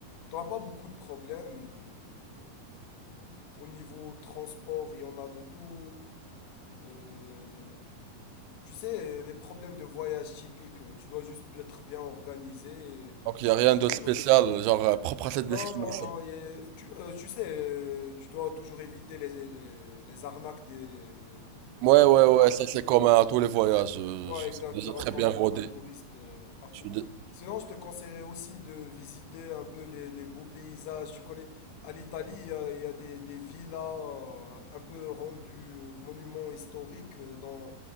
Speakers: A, on the left; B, on the right.
A: T'auras pas beaucoup de problèmes. Au niveau transport, il y en a de tout. Euh, Tu sais, les problèmes de voyage typiques, euh, tu dois juste être bien organisé. et-
B: Donc il y a rien de
A: et tu
B: spécial
A: dois-
B: genre euh, propre à cette
A: Non,
B: destination.
A: non, non. et tu, euh, tu sais, euh, tu dois toujours éviter les, les, les arnaques des,
B: Ouais ouais
A: de
B: ouais
A: base.
B: ça c'est commun à tous les voyages. Je,
A: Ouais,
B: je
A: exact,
B: suis déjà
A: tu rencontres
B: très bien rodé.
A: comme un touriste euh, partout.
B: Je suis dé-
A: Sinon, je te conseillerais aussi de visiter un peu les, les beaux paysages. Tu connais, à l'Italie, il y a, il y a des, des villas euh, un peu rendues euh, monuments historiques euh, dans,